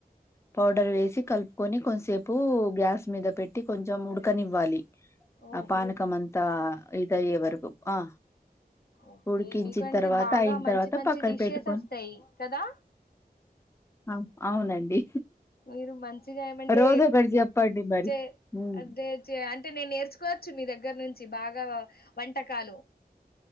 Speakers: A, on the left (about 15°); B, on the left (about 70°).
A: పౌడ్ డర్ వేసి కలుపుకొని కొంసేపు గ్యాస్ మీద పెట్టి కొంచెం ఉడకనివ్వాలి
B: ఓహో
A: ఆ పానకమంతా ఇదయ్యే వరకు ఆ
B: ఓకే
A: ఉడికించిన్తర్వాత
B: మీకంటే బాగా
A: అయిన్తర్వాత
B: మంచి మంచి
A: పక్కన
B: డిషెస్
A: పెట్టుకొని
B: వస్తాయి కదా
A: అ అవునండి
B: మీరు మంచిగ ఏమంటే
A: రోజు ఒకటి చెప్పండి మరి
B: చే
A: ఉమ్,
B: అదే చేయ అన్ టే నేను నేర్చుకోవచ్చు మీ దగ్గర నుంచి బాగా వంటకాలు